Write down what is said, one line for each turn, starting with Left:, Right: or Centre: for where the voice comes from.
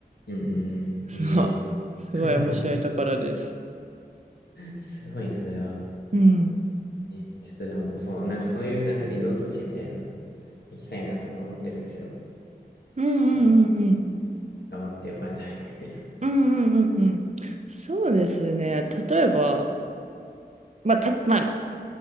Left: うんうんうん。
Right: そう。
Left: いえ。
Right: すごい面白いところです。
Left: <laughs> すごいね、それは。
Right: うん。
Left: え、ちょっとでも、そう、なんかそういうなんかリゾート地みたいなの行きたいなとか思ってるんですけど、
Right: うんう
Left: ちょっと
Right: んうんうん。
Left: 頑張ってお金貯めて。
Right: うんうんうんうん。そうですね。例えば、まあ、た、まあ、ま